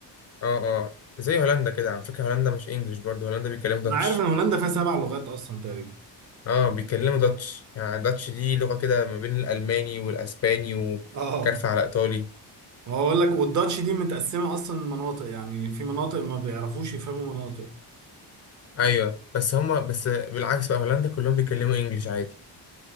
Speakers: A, on the left; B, on the right.
A: آه آه زي هولندا كده على فكرة هولندا مش إنجليش برضه هولندا بيتكلموا داتش
B: انا عارف ان هولندا فيها سبع لغات اصلا تقريبا
A: آه بيتكلموا داتش يعني داتش دي لغة كده ما بين الألماني والأسباني وكارفة
B: اه
A: على إيطالي
B: ما هو اقول لك والداتش دي متقسمة اصلا مناطق يعني في مناطق ما بيعرفوش يفهموا مناطق
A: أيوه بس هما بس بالعكس بقى هولندا كلهم بيتكلموا إنجليش عادي